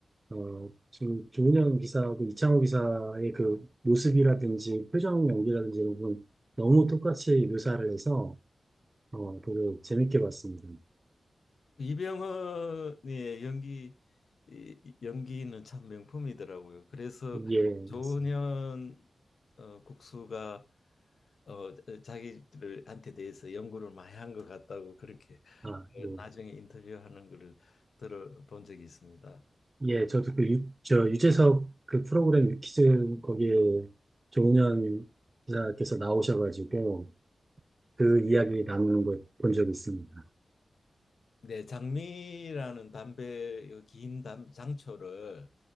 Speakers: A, on the right (about 20°); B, on the left (about 65°).
A: 어, 지금 조은현 기사하고 이창호 기사의 그 모습이라든지 표정 연기라든지 이런 부분 너무 똑같이 묘사를 해서 어, 되게 재밌게 봤습니다.
B: 그 이병헌의 연기 이- 연기는 참 명품이더라고요. 그래서
A: 예, 맞습니다.
B: 조은현 어, 국수가 어, 자기들한테 대해서 연구를 많이 한 것 같다고 그렇게
A: 아,
B: 어,
A: 예.
B: 나중에 인터뷰하는 것을 들어본 적이 있습니다.
A: 예, 저도 그 유, 저 유재석 그 프로그램 유퀴즈 거기에 조은현 기사께서 나오셔가지고 그 이야기 나누는 걸 본 적이 있습니다.
B: 네, 장미라는 담배 긴 담, 장초를